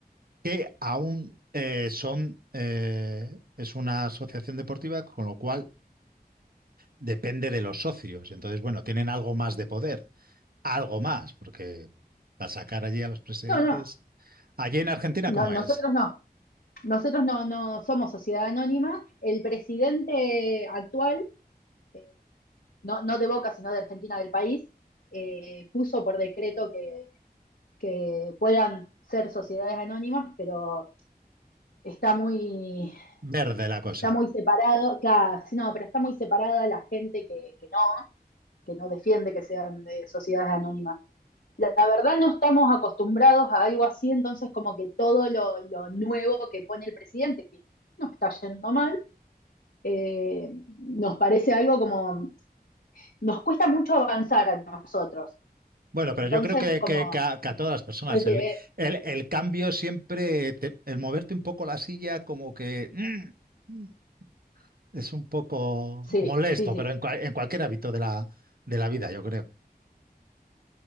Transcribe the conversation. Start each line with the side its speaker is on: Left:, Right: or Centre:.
Right: que aún eh, son, eh, es una asociación deportiva, con lo cual depende de los socios. Entonces, bueno, tienen algo más de poder, algo más, porque para sacar allí a los presidentes.
Left: no, no,
Right: Allí en Argentina,
Left: no,
Right: ¿cómo
Left: nosotros
Right: es?
Left: no, nosotros no, no somos sociedad anónima, el presidente actual eh, no, no de Boca, sino de Argentina del país, eh, puso por decreto que, que puedan ser sociedades anónimas, pero está muy,
Right: Verde la cosa.
Left: está muy separado, claro, sí, no, pero está muy separada la gente que, que no, que no defiende que sean de sociedades anónimas. La, la, verdad no estamos acostumbrados a algo así, entonces como que todo lo, lo nuevo que pone el presidente, que nos está yendo mal, eh, nos parece algo como, nos cuesta mucho avanzar a nosotros.
Right: Bueno,
Left: Entonces,
Right: pero yo creo que,
Left: como,
Right: que- que a, que a todas las personas,
Left: pues,
Right: el,
Left: eh,
Right: el- el cambio siempre, te- el moverte un poco la silla, como que mm, mm, es un poco
Left: sí,
Right: molesto,
Left: sí, sí.
Right: pero en, cual- en cualquier hábito de la, de la vida, yo creo.